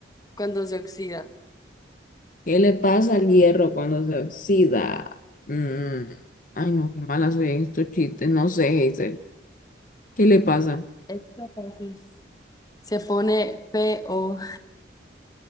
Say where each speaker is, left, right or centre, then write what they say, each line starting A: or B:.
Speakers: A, on the left; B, on the left.
A: cuando se oxida?
B: ¿qué le pasa al hierro cuando se oxida? Mm, Ay, no, qué mala soy en estos chistes. No sé, Hazel. ¿Qué le pasa?
A: Esto fácil. Se pone PO.